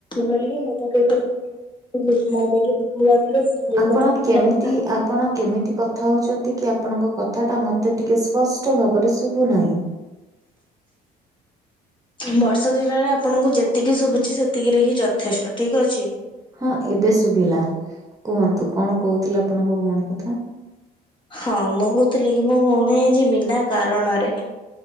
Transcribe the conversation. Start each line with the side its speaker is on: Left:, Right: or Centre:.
Left: ପାରିବିନି <unintelligible> ମମି କି <unintelligible> ସେ ଏଇ
Right: ଆପଣ
Left: କଥା ଶୁଣି
Right: କେମିତି
Left: ରାଗିଲା।
Right: ଆପଣ କେମିତି କଥା ହଉଚନ୍ତି କି ଆପଣଙ୍କ କଥା ଟା ମତେ ଟିକେ ସ୍ପଷ୍ଟ ଭାବରେ ଶୁଭୁନାହିଁ।
Left: ହୁଁ ବର୍ଷା ଦିନରେ ଆପଣଙ୍କୁ ଯେତିକି ଶୁଭୁଛି ସେତିକି ରେ ହିଁ ଯ ଥେଷ୍ଟ ଠିକ୍ ଅଛି।
Right: ହଁ ଏବେ ଶୁଭିଲା। କୁହନ୍ତୁ କଣ କହୁଥିଲେ ଆପଣଙ୍କ ଭଉଣୀ କଥା
Left: ହଁ ମୁଁ କହୁଥିଲି କି ମୋ ଭଉଣୀ ଆଜି ବିନା କାରଣରେ